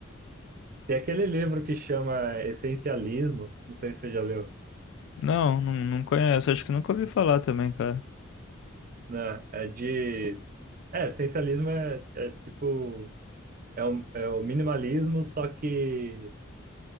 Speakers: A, on the right; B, on the left.
A: Tem aquele livro que chama Essencialismo, não sei se você já leu,
B: Não, não, não conheço, acho que nunca ouvi falar também, cara.
A: né? É de. É, essencialismo é, é tipo É o, é o minimalismo, só que